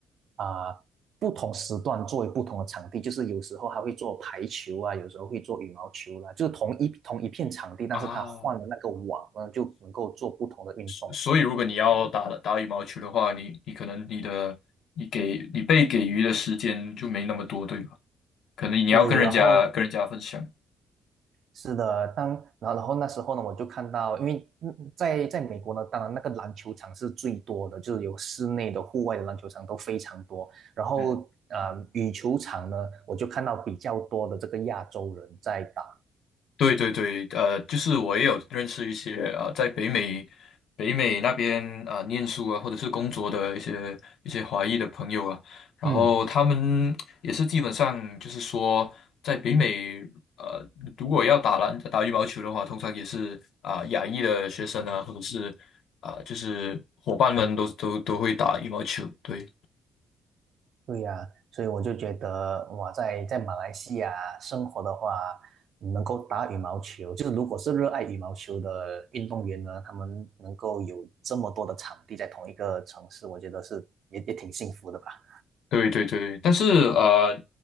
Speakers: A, on the right; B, on the left.
A: 啊、呃不同时段作为不同的场地，就是有时候还会做排球啊，有时候会做羽毛球啦、就是同一同一片场地，但是它换了那个网呢，
B: 啊。
A: 就能够做不同的运动。
B: 所所以如果你要打打羽毛球的话，你你可能你的你给你被给予的时间就没那么多，对吧？可能你要跟人家跟人家分享，
A: 对，然后是的，当然后然后那时候呢，我就看到，因为嗯在在美国呢，当然那个篮球场是最多的，就是有室内的、户外的篮球场都非常多。然后呃，
B: 嗯。
A: 羽球场呢，我就看到比较多的这个亚洲人在打。
B: 对对对，呃，就是我也有认识一些呃，在北美北美那边啊、呃念书啊，或者是工作的一些一些华裔的朋友啊，然后他们也是基本上就是说，
A: 嗯，
B: 在北美呃，如果要打篮打羽毛球的话，通常也是啊、亚裔的学生啊，或者是啊、就是伙伴们都都都会打羽毛球，对。
A: 对呀，所以我就觉得哇，在在马来西亚生活的话，能够打羽毛球，就是如果是热爱羽毛球的运动员呢，他们能够有这么多的场地在同一个城市，我觉得是也也挺幸福的吧。
B: 对对对，但是呃，